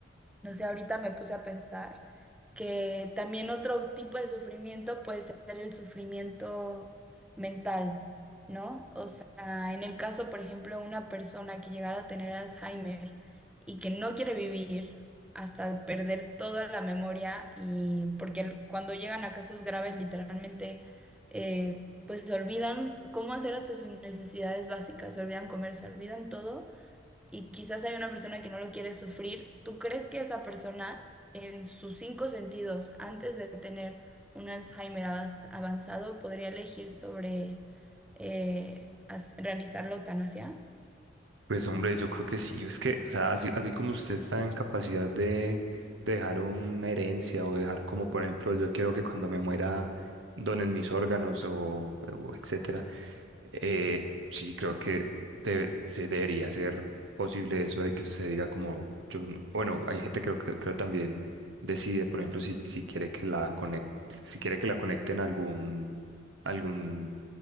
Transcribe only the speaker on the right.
Pues hombre, yo creo que sí, es que, o sea, así, así como usted está en capacidad de, de dejar una herencia o dejar como, por ejemplo, yo quiero que cuando me muera donen mis órganos o, o etcétera, eh, sí creo que de- se debería ser posible eso de que usted diga como, yo, no- bueno, hay gente creo que creo también decide, por ejemplo, si, si quiere que la conec- si quiere que la conecten a algún, algún